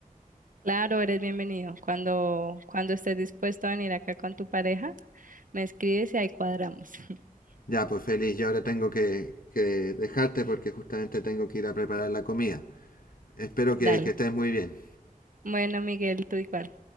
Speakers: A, on the right; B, on the left.
A: Claro, eres bienvenido. Cuando, cuando estés dispuesto a venir acá con tu pareja, me escribes y ahí cuadramos. <laughs>
B: Ya, pues feliz. Yo ahora tengo que, que dejarte porque justamente tengo que ir a preparar la comida. Espero que,
A: Dale.
B: que estés muy bien.
A: Bueno, Miguel, tú igual.